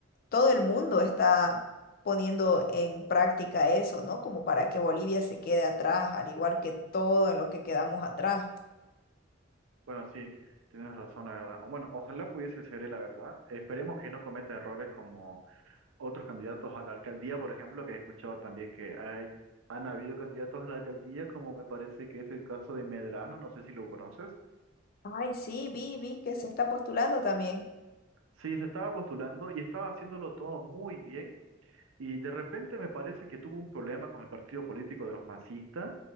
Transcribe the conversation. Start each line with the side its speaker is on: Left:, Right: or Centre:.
Left: todo el mundo está poniendo en práctica eso, ¿no? Como para que Bolivia se quede atrás, al igual que todo en lo que quedamos atrás.
Right: Bueno, sí, tienes razón, la verdad. O Bueno, ojalá pudiese ser él, la verdad. Esperemos que no cometa errores como. otros candidatos a la alcaldía, por ejemplo, que he escuchado también que hay, han habido candidatos a la alcaldía, como me parece que es el caso de Medrano, no sé si lo conoces.
Left: Ay, sí, vi, vi que se está postulando también.
Right: Sí, se estaba postulando y estaba haciéndolo todo muy bien. Y de repente me parece que tuvo un problema con el partido político de los masistas.